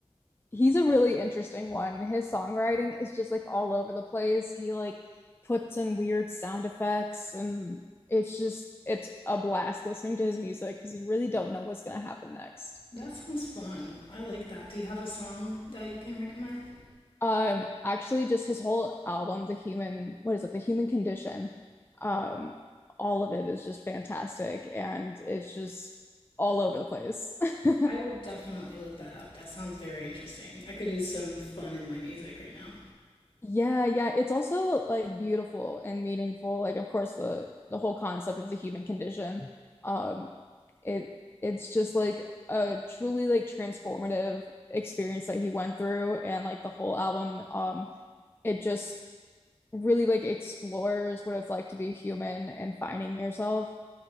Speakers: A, on the left; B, on the left.
A: he's a really interesting one. His songwriting is just like all over the place. He like puts in weird sound effects and it's just it's a blast listening to his music because you really don't know what's gonna happen next.
B: That sounds fun. I like that. Do you have a song that you can recommend?
A: Um actually just his whole album, The Human what is it, The Human Condition, um, all of it is just fantastic and it's just all over the place. <laughs>
B: I will definitely look that up. That sounds very interesting. I could use some fun in my music right now.
A: Yeah, yeah, it's also like beautiful and meaningful. Like, of course, the the whole concept of the human condition, um, it it's just like a truly like transformative experience that he went through, and like the whole album, um, it just really like explores what it's like to be human and finding yourself.